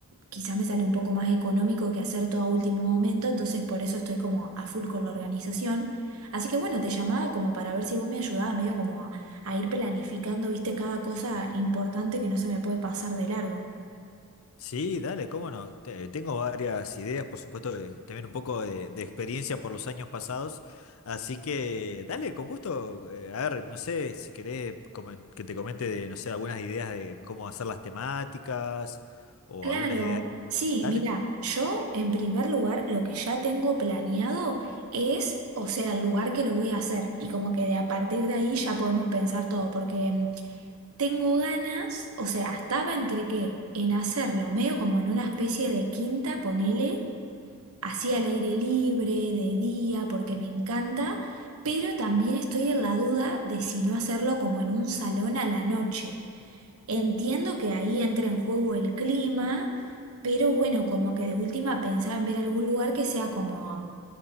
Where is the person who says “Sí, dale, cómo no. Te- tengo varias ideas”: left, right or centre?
Left